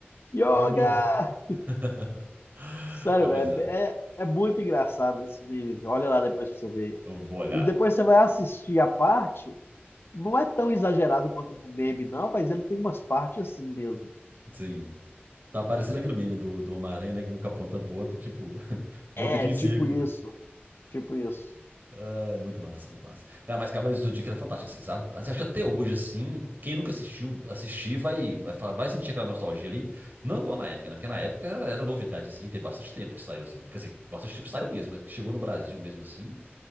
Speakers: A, on the left (about 65°); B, on the right (about 50°).
A: Yoga!
B: Aí, mano. <laughs>
A: Sério,
B: Ah,
A: velho,
B: mas eh,
A: é, é, é muito engraçado esse meme, olha lá depois pra você ver.
B: eu vou olhar.
A: E depois você vai assistir a parte não é tão exagerado quanto no meme, não, mas ele tem umas partes assim mesmo.
B: Sim. Tá parecendo aquele meme do, do Homem-Aranha, né? Um capotando pro outro, tipo, <laughs> volta
A: É,
B: e fica
A: tipo
B: em círculo.
A: isso. Tipo isso.
B: Ah, é muito massa, muito massa. Cara, mas Cavaleiros do Zodíaco era fantástico, assim, sabe? Você acha que até hoje, assim, quem nunca assistiu, assistir, vai, vai, falar- vai sentir aquela nostalgia ali. Não igual na época, né? Porque na época era, era novidade, assim, tem bastante tempo que saiu, assim. Quer dizer, bastante tempo que saiu mesmo, mas que chegou no Brasil mesmo, assim.